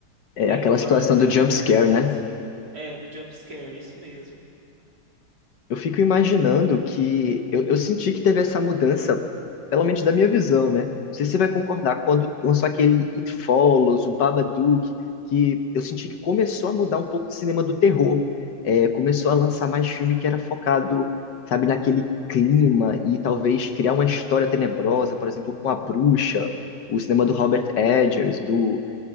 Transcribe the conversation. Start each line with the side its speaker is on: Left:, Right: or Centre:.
Left: É
Right: Tem
Left: aquela
Right: uma
Left: situação
Right: essa
Left: do jump
Right: carga
Left: scare,
Right: a mais.
Left: né?
Right: É, do jump scare, isso mesmo.
Left: Eu fico imaginando que eu, eu senti que teve essa mudança, pelo menos da minha visão, né? Não sei se você vai concordar, quando lançou aquele It Follows, o Babadook, que eu senti que começou a mudar um pouco de cinema do terror. É, começou a lançar mais filme que era focado, sabe, naquele clima e talvez criar uma história tenebrosa, por exemplo, com a bruxa, o cinema do Robert Eggers, do,